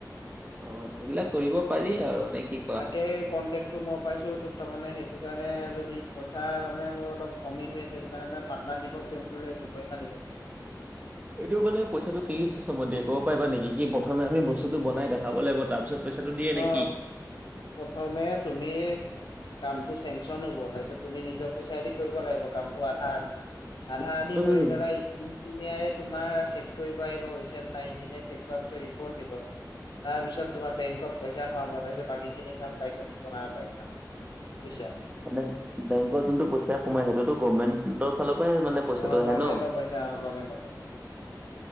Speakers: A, on the right; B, on the left.
A: অ সেইবিলাক কৰিব পাৰি আৰু- কি কোৱা
B: তাকে কন্টেক টো মই পাইছো ত তাৰমানে সেইটো কাৰণে যদি পইচা তাৰমানে মোৰ অলপ কমি হৈ আছে সেইটো কাৰণে মানে পাৰ্টনাৰশ্বিপত কৰিম বুলি ভাবিছোঁ কৰিবা নেকি।
A: এইটো মানে পইচাটো কি চিষ্টমত দিয়ে ক'ব পাৰিবা নেকি কি প্ৰথমে আমি বস্তুটো বনাই দেখাব লাগিব তাৰপিছত- পইচাটো দিয়ে নে
B: অহ,
A: কি?
B: প্ৰথমে তুমি- কামটো চেংচন হ'ব তাৰপিছত তুমি নিজৰ পইচাই দি কৰিব লাগিব কামটো আধা আধি - আধা আধি
A: উম
B: কৈ পেলাই। ইঞ্জিনিয়াৰ তোমাৰ চেক কৰিব আহিব হৈছে নে নাই ইঞ্জিনিয়া চেক কৰা পাছত ৰিপৰ্ট দিব। তাৰপিছত- তোমাৰ বেংকত পইচা ভৰাব তাৰ পিছত বাকী খিনি কাম তাৰ পিছত বনাব পাৰিবা বুইছা।
A: মানে বেংক যোনটো পইচা সোমাই সেইটোতো গভৰ্মেন্টৰ ফালৰ পৰাই মানে- পইচাটো
B: অ,
A: আহে
B: গমেণ্ট
A: ন।
B: পইচা- অ, গমেট পইচা।